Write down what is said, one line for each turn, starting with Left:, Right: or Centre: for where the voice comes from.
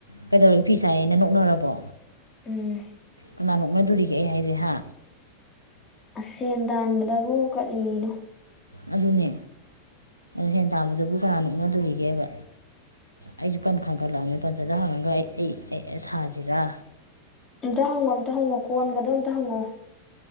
Right: ꯀꯩꯗꯧꯔꯒꯦ ꯐꯤꯁꯥꯏꯌꯦꯅ ꯅꯣꯛꯅꯔꯕꯣ
Left: ꯎꯝ
Right: ꯀꯅꯥ ꯅꯣꯛꯅꯗꯣꯔꯤꯒꯦ ꯑꯩ ꯍꯥꯏꯁꯦ ꯍꯥ
Left: ꯁꯦꯟ ꯇꯥꯟꯕꯗꯕꯨ ꯀꯔꯤꯅꯣ
Right: ꯑꯗꯨꯅꯦ ꯁꯦꯟ ꯇꯥꯟꯕꯗꯕꯨ ꯀꯅꯥ ꯅꯣꯛꯅꯗꯣꯔꯤꯒꯦꯕ ꯑꯩꯖꯨ ꯀꯟ ꯈꯟꯒꯠꯂꯛꯑꯕꯅꯤ ꯄꯟꯖꯗ ꯍꯪꯉꯒ ꯑꯩ ꯑꯩ ꯑꯩ ꯁꯥꯖꯤꯔ
Left: ꯑꯝꯇ ꯍꯪꯉꯣ ꯑꯝꯇ ꯍꯪꯉꯣ ꯀꯣꯟꯒꯗꯣ ꯑꯝꯇ ꯍꯪꯉꯣ